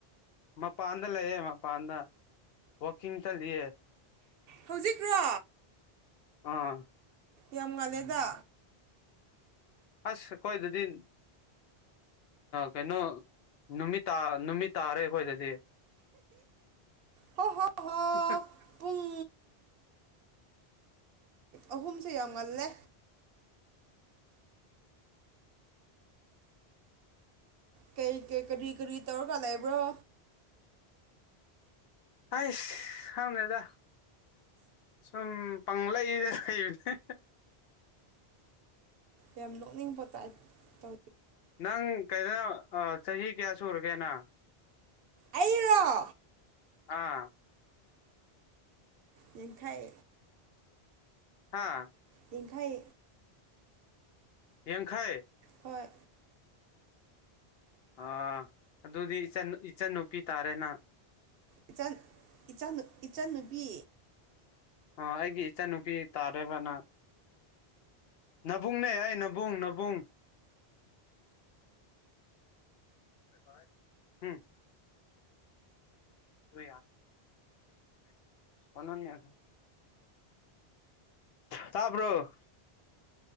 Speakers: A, on the left; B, on the right.
A: ꯃꯄꯥꯟꯗ ꯂꯩꯌꯦ ꯃꯄꯥꯟꯗ ꯋꯥꯛꯀꯤꯡ ꯆꯠꯂꯤꯌꯦ
B: ꯍꯧꯖꯤꯛꯔꯣ
A: ꯑꯥ
B: ꯌꯥꯝ ꯉꯥꯜꯂꯦꯗ
A: ꯑꯁ ꯑꯈꯣꯢꯗꯗꯤ ꯀꯩꯅꯣ ꯅꯨꯠꯃꯤꯠꯇ ꯅꯨꯃꯤꯠ ꯇꯥꯔꯦ ꯑꯩꯈꯣꯏꯗꯗꯤ
B: ꯍꯣ ꯍꯣ ꯍꯣ
A: <unintelligible>
B: ꯄꯨꯡ ꯑꯍꯨꯝꯁꯦ ꯌꯥꯝ ꯉꯜꯂꯦ ꯀꯩ ꯀꯩ ꯀꯔꯤ ꯀꯔꯤ ꯇꯧꯔꯒ ꯂꯩꯕꯔꯣ
A: ꯍꯥꯏꯁ ꯈꯪꯗꯦꯗꯥ ꯁꯨꯝ ꯄꯪꯂꯩꯗ ꯂꯩꯕꯅꯦ
B: ꯌꯥꯝ ꯅꯣꯛꯅꯤꯡꯕ ꯀ
A: ꯅꯪ ꯀꯩꯗꯅꯣ ꯆꯍꯤ ꯀꯌꯥ ꯁꯨꯔꯒꯦ ꯅꯪ
B: ꯑꯩꯔꯣ
A: ꯑꯥ
B: ꯅꯡꯈꯩ
A: ꯍꯥꯥ
B: ꯌꯡꯈꯩ
A: ꯌꯥꯡꯈꯩ
B: ꯍꯣꯏ
A: ꯑ ꯑꯗꯨꯗꯤ ꯏꯆ ꯏꯆꯟꯟꯅꯨꯄꯤ ꯇꯥꯔꯦꯅ
B: ꯏꯆꯟ ꯏꯆ ꯏꯆꯟꯅꯨꯄꯤ
A: ꯑ ꯑꯩꯒꯤ ꯏꯆꯥꯟꯅꯨꯄꯤ ꯇꯥꯔꯦꯔꯕꯅ ꯅꯅꯥꯕꯨꯡꯅꯦ ꯑꯩꯅꯥꯕꯕ <unintelligible> ꯍꯨꯝ ꯌꯥ ꯐꯅ ꯌꯥ ꯇꯥꯕ꯭ꯔꯣ